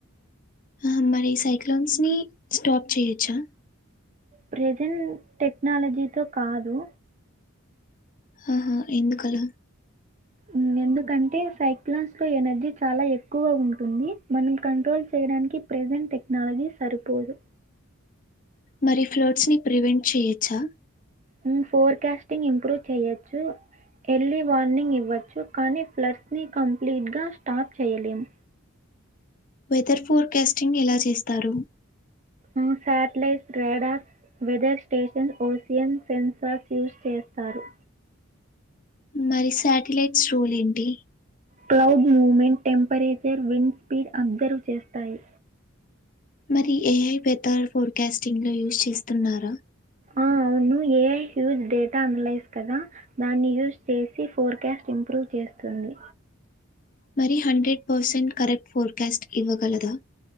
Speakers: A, on the left; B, on the right.
A: ఆ మరి సైక్లోన్స్ ని స్టాప్ చేయొచ్చా
B: ప్రెజెంట్ టెక్నాలజీతో కాదు
A: ఆహ ఎందుకు అలా
B: ఉ ఎందుకంటే సైక్లాన్స్ లో ఎనర్జీ చాలా ఎక్కువగా ఉంటుంది మనం కంట్రోల్ చేయడానికి ప్రెసెంట్ టెక్నాలజీ సరిపోదు
A: మరి ఫ్లడ్స్ ని ప్రివెంట్ చేయొచ్చా
B: ఉమ్ ఫోర్కాస్టింగ్ ఇంప్రూవ్ చెయ్యొచ్చు ఎర్లీ వార్నింగ్ ఇవ్వచ్చు కానీ ఫ్లట్స్ని కంప్లీట్గా స్టాప్ చేయలేము
A: వెదర్ ఫోర్కాస్టింగ్ ఎలా చేస్తారు
B: ఊ సాటిలైట్ స్ <unintelligible> డా weather station ocean sensors use చేస్తారు
A: మరి సాటిలైట్స్ రోల్ ఏంటి
B: cloud movement temperature wind speed observe చేస్తాయి
A: మరి ఏఐ వెదర్ ఫోర్కాస్టింగ్ లో యూస్ చేస్తున్నారా
B: ఆ అవును ఏఐ హ్యూజ్ డేటా అలైస్ కదా దాన్ని యూజ్ చేసి ఫోర్కాస్ట్ ఇంప్రూవ్ చేస్తుంది
A: మరి హండ్రెడ్ పర్సెంట్ కరెక్ట్ ఫోర్కాస్ట్ ఇవ్వగలదా